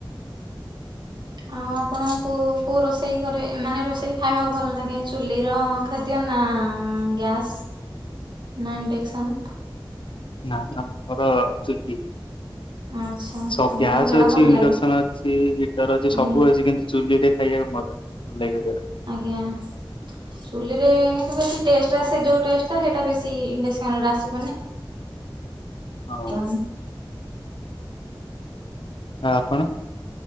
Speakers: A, on the right; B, on the left.
A: ଆଉ ଆପଣଙ୍କୁ କୋଉ କୋଉ ରୋଷେଇ କରେ ମାନେ ରୋଷେଇ ଖାଇବାକୁ ଭଲ ଲାଗେ? ଚୁଲି ର ଖାଦ୍ୟ ନା ଗ୍ୟାସ୍ ନା ଇଣ୍ଡକ୍ସନ୍?
B: ନା ନା ଆମର ଚୁଲି।
A: ଆଚ୍ଛା।
B: ସବ
A: ଚୁଲି
B: ଗ୍ୟାସ
A: ଖାଦ୍ୟ ଟା
B: ଅଛି,
A: ଭଲ
B: ଇଣ୍ଡକ୍ସନ
A: ଲାଗେ
B: ଅଛି, ହିଟର ଅଛି, ସବୁ
A: ଆଜ୍ଞା
B: ଅଛି କିନ୍ତୁ ଚୁଲି ରେ ଖାଇବାକୁ ମଜା ଲାଗିବଜଉରା।
A: ଆଜ୍ଞା। ଚୁଲିରେ କିନ୍ତୁ ବେଶୀ ଟେଷ୍ଟ ଆସେ ଯୋଉ ଟେଷ୍ଟ ଟା ସେଇଟା ବେଶୀ ଇଣ୍ଡେସନରେ ଆସିବନି।
B: ହଁ
A: <unintelligible>
B: ଆଉ ଆପଣ?